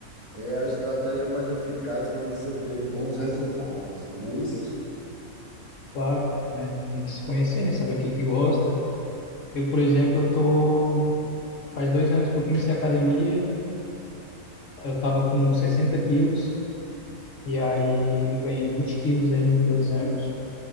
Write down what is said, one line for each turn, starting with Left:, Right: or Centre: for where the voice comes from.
Right: é a estratégia mais eficaz para você ter bons resultados, não é isso?
Left: Claro, né? Tem que se conhecer, né? Saber o que que gosta. Eu, por exemplo, eu tô... Faz dois anos que eu comecei a academia, eu tava com 60 quilos, e aí ganhei 20 quilos em dois anos.